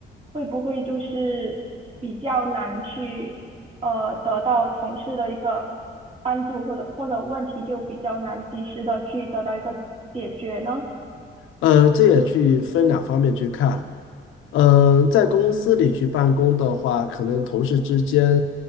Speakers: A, on the right (about 30°); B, on the left (about 85°).
A: 会不会就是比较难去呃得到同事的一个帮助，或者或者问题就比较难及时的去得到一个解决呢？
B: 呃，这也去分两方面去看。呃，在公司里去办公的话，可能同事之间